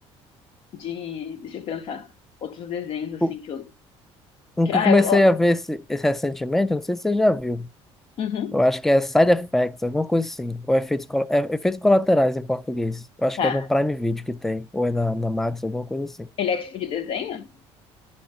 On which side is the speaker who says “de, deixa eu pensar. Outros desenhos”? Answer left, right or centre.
Left